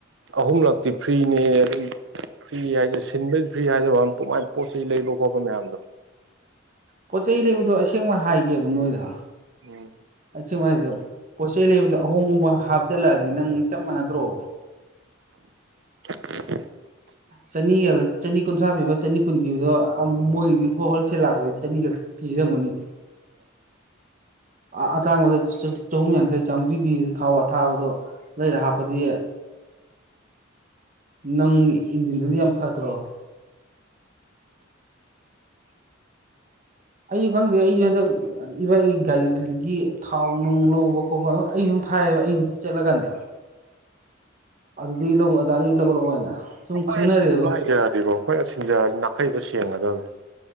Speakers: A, on the right; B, on the right.
A: ꯑꯍꯨꯝꯂꯛꯇꯤ ꯐ꯭ꯔꯤꯅꯦꯌꯦ ꯑꯗꯨꯒꯤ ꯐ꯭ꯔꯤ ꯍꯥꯏꯖꯦ ꯁꯤꯟꯕ ꯐ꯭ꯔꯤ ꯍꯥꯏꯖꯕ ꯋꯥꯅꯤ ꯃꯥꯏ ꯄꯣꯠ ꯆꯩ ꯂꯩꯕ ꯈꯣꯠꯄ ꯃꯌꯥꯝꯗꯣ
B: ꯄꯣꯠ ꯆꯩꯩ ꯂꯩꯕꯗꯣ ꯑꯁꯦꯡꯕ ꯍꯥꯏꯒꯦꯕ ꯅꯣꯏꯗ
A: ꯎꯝ
B: ꯑꯁꯦꯡꯃꯥꯏꯗꯣ ꯄꯣꯠꯆꯩ ꯂꯩꯕꯗ ꯑꯍꯣꯡꯕ ꯍꯥꯞꯆꯤꯜꯂꯛꯑꯗꯤ ꯅꯪ ꯆꯞ ꯃꯥꯟꯅꯗ꯭ꯔꯣ
A: <inaudible>
B: ꯆꯅꯤꯒ ꯆꯅꯤ ꯀꯨꯟꯊ꯭ꯔꯥ ꯄꯤꯕ ꯆꯅꯤ ꯀꯨꯟ ꯄꯤꯕꯗꯣ ꯃꯣꯏꯗꯤ ꯍꯣꯜꯁꯦꯜ ꯂꯥꯛꯄꯗꯤ ꯆꯅꯤꯈꯛ ꯄꯤꯔꯝꯒꯅꯤ
A: ꯑꯝ
B: ꯑꯥ ꯑꯇꯥꯡꯕꯗꯣ ꯆꯥ ꯆꯍꯨꯝ ꯌꯥꯡꯈꯩ ꯆꯥꯝꯃꯔꯤ ꯄꯤꯕꯗꯣ ꯊꯥꯎ ꯑꯊꯥꯕꯗꯣ ꯂꯩꯔ ꯍꯥꯞꯄꯗꯤ ꯅꯪ ꯏꯟꯖꯤꯟꯗꯨꯗꯤ ꯌꯥꯝ ꯐꯗ꯭ꯔꯣ
A: <inaudible>
B: ꯑꯩꯖꯨ ꯈꯪꯗꯦ ꯑꯩꯖꯨ ꯍꯟꯗꯛ ꯑꯥ ꯏꯕꯥꯢꯒꯤ ꯒꯥꯔꯤꯒꯤ ꯊꯥꯎ ꯅꯨꯡ ꯂꯧꯕ ꯈꯣꯠꯄ ꯑꯥ ꯑꯩ ꯁꯨꯝ ꯊꯥꯏ ꯑꯩ ꯆꯠꯂꯀꯥꯟꯗ ꯑꯗꯨꯗꯒꯤ ꯂꯧ ꯑꯗꯥꯗꯒꯤ ꯂꯧꯔꯛꯑꯣꯅ ꯁꯨꯝ
A: ꯑꯩꯈꯣꯏꯅ
B: ꯈꯪꯅꯔꯛꯑꯦꯕ
A: ꯊꯤꯟꯕ ꯍꯩꯖꯔꯗꯤꯀꯣ ꯑꯩꯈꯣꯏꯅ ꯁꯤꯟꯖꯔꯗꯤ ꯅꯥꯈꯩꯗꯣ ꯁꯦꯡꯉꯗꯕꯅꯤ